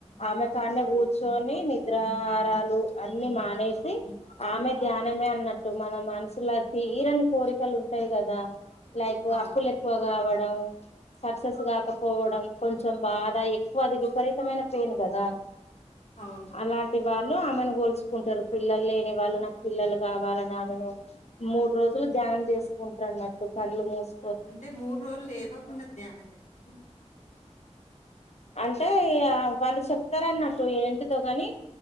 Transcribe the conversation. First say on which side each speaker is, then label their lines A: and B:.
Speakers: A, on the left (about 65°); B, on the left (about 85°).
A: ఆమె కాన్న కూర్చొని నిద్రా ఆరాలు అన్ని మానేసి ఆమె ధ్యానమే అన్నట్టు మన మనసులో తీరని కోరికలు ఉంటాయి కదా లైక్
B: ఆ!
A: అప్పులు ఎక్కువ కావడం సక్సెస్ కాకపోవడం కొంచెం బాధ ఎక్కువది మైన పైన్ కదా
B: అవును
A: అలాంటి వాళ్ళకి ఆమని కలుసుకుంటారు పిల్లలు లేని వాళ్ళు నాకు పిల్లలు కావాలని ఆమెను మూడు రోజులు జా చేసుకుంట్రనట్టు కళ్ళు మూస్
B: అంటే మూడు రోజులు లేవ్వకుండా ధ్యానం చేస్తి
A: అంటే వాళ్ళు చెప్తార అన్నట్టు ఏంటిదో కాని